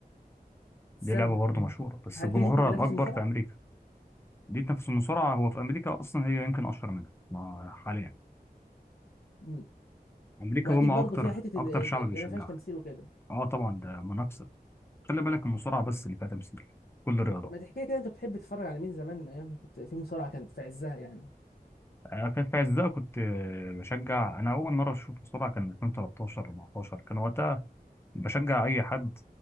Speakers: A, on the left; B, on the left.
A: السله
B: دي لعبة برضه
A: مم.
B: مشهورة بس
A: هل
B: جمهورها
A: دي ممكن تنافس
B: الأكبر
A: المصارعه
B: في أمريكا دي نفس المصارعة هو في أمريكا أصلا هي يمكن أشهر منها ما حاليا
A: مم.
B: أمريكا
A: واكيد
B: هم أكتر
A: برضو فيها حته اللي
B: أكتر شعب
A: اللي- اللي
B: بيشجعها
A: ما فيهاش تمثيل وكده
B: أه طبعا ده منافسة خلي بالك المصارعة بس اللي فيها تمثيل كل الرياضات
A: طب ما تحكي لي كده انت بتحب تتفرج على مين زمان ايام ما كنت في مصارعه كانت في عزها يعني
B: أنا كان في عزها كنت آه، بشجع أنا أول مرة شفت مصارعة كان 2013 14 كان وقتها بشجع أي حد